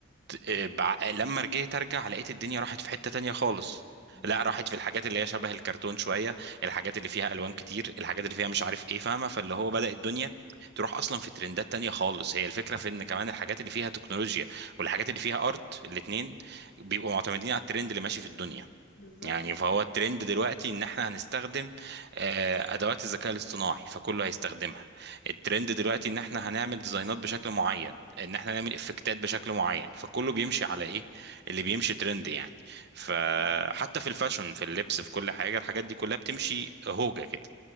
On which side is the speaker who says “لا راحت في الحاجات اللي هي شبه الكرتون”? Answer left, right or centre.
Right